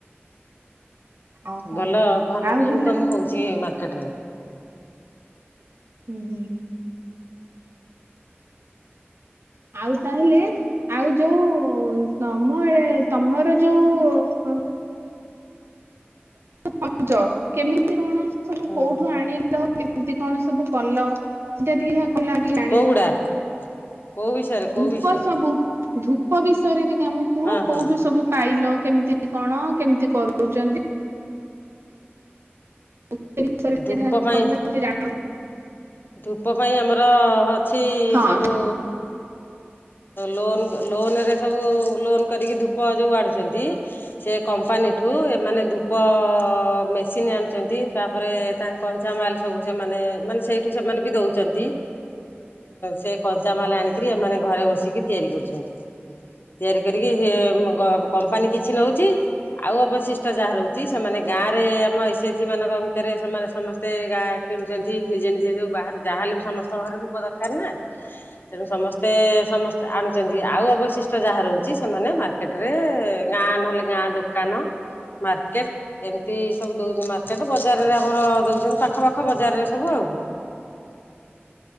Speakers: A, on the right (about 70°); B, on the left (about 55°).
A: ଓହୋ
B: ଭଲ ଭଲ
A: ଆଉ
B: ବି
A: ହେଲା
B: ଇନକମ ହଉଛି ମାର୍କେଟ ରେ।
A: ହୁଁ ହୁଁ। ଆଉ ତାହେଲେ ଆଉ ଯୋଉ ତମଏ ତମର ଯୋଉ <unintelligible> କେମିତି କଣ ସବୁ
B: ହୁଁ
A: କୋଉଠୁ ଆଣି <unintelligible> କେମିତି କଣ ସବୁ କଲ ସେଟା ଟିକେ କହିଲା ଆଗେ। ଆଣ
B: କୋଉଗୁଡା କୋଉ ବିଷୟରେ କୋଉ
A: ଧୂପ
B: ବିଷୟରେ
A: ସବୁ। ଧୂପ ବିଷୟରେ ଟିକେ ଆମକୁ କୁହ
B: ହଁ
A: କୋଉଠୁ
B: ହଁ
A: ସବୁ ପାଇଲ କେମିତି କଣ କେମିତି କରୁଛନ୍ତି? <unintelligible>
B: ଧୂପ ପାଇଁ ଧୂପ ପାଇଁ ଆମର ଅଛି
A: ହଁ
B: ସବୁ ଲୋନ୍ ଲୋନରେ ସବୁ ଲୋନ୍ କରିକି ଧୂପ ଯୋଉ ଆଣୁଛନ୍ତି। ସେ କମ୍ପାନୀଠୁ ଏମାନେ ଧୂପ ମେସିନ୍ ଆଣୁଛନ୍ତି ତାପରେ ତାଙ୍କ କଞ୍ଚାାମାଲ ସବୁ ସେ ମାନେ ମାନେ ସେଇ ଠୁ ସେମାନେ ବି ଦଉଛନ୍ତି ସେ କଞ୍ଚାମାଲ ଆଣିକି ଏମାନେ ଘରେ ବସିକି ତିଆରି କରୁଛନ୍ତି। ତିଆରି କରିକି ହେ କମ୍ପାନୀ କିଛି ନଉଛି। ଆଉ ଅବଶିଷ୍ଟ ଯାହା ରହୁଛି ସେମାନେ ଗାଁ ରେ ଆମ ଏସ୍ ଏଚ ଜି ମାନଙ୍କ ଭିତରେ ସେମାନେ ସମସ୍ତେ ତେ ଗାଁ କିଣୁଛନ୍ତି ନିଜେ ନିଜେ ଯୋଉ ବାହାରୁ ଯାହା ହେଲେ ବି ସମସ୍ତଙ୍କ ଘରେ ଧୂପ ଦରକାର ନା। ତେଣୁ ସମସ୍ତେ ସମସ୍ତେ ଆଣୁଛନ୍ତି ଆଉ ଅବଶିଷ୍ଟ ଯାହା ରହୁଛି ସେମାନେ ମାର୍ ର୍କେଟ ରେ ଗାଁ ନହେଲେ ଗାଁ ଦୋକାନ ମାର୍କେଟ ଏମିତି ସବୁ ଦଉଛନ୍ତି ମାର୍କେଟ ବଜାରରେ ଆମର ଦଉଛନ୍ତି ପାଖ ପାାଖ ବଜାରରେ ସବୁ ଆଉ।